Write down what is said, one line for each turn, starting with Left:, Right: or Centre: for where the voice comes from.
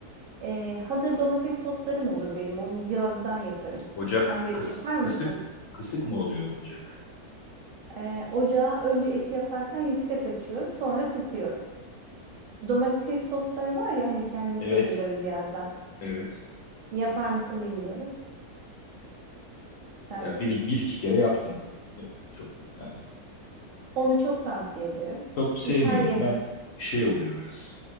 Right: E, hazır domates soslarım olur benim. Onu yazdan yaparım.
Left: Ocak
Right: Sen de
Left: kıs,
Right: yapar mısın?
Left: kısık kısık mı oluyor ocak?
Right: E, ocağa önce eti yaparken yüksek açıyorum, sonra kısıyorum. Domates sosları var ya hani kendimiz
Left: Evet.
Right: hazırlarız yazdan.
Left: Evet.
Right: Yapar mısın bilmiyorum. Sen
Left: Ya bir, bir iki kere yaptım. Çok yani
Right: onu çok tavsiye ederim.
Left: çok sevmiyorum.
Right: Çünkü her yemek
Left: Ben şey oluyor biraz.